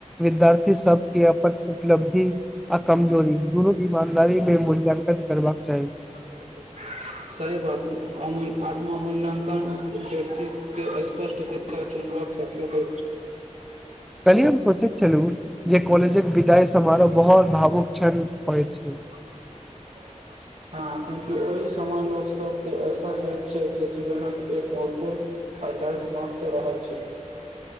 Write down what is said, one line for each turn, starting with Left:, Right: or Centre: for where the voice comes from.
Centre: विद्यार्थी सबके अपन उपलब्धि आ कमजोरी दुनूक ईमानदारी लेल मूल्यांकन करबाक चाही
Right: <unintelligible> सैव आत्म आमूल्यांकन व्यक्ति के स्पष्ट दिशा चुन सकत
Centre: कली हम सोचैत छलू जे कॉलेजक विदाइ समारोह बहुत भावुक क्षण होइ छै
Right: <unintelligible> हँ क्यूंकि ओहि समय लोक सबके ऐहसास होइत छै जे जीवनक एक महत्वपूर्ण आधा समाप्त रहल छै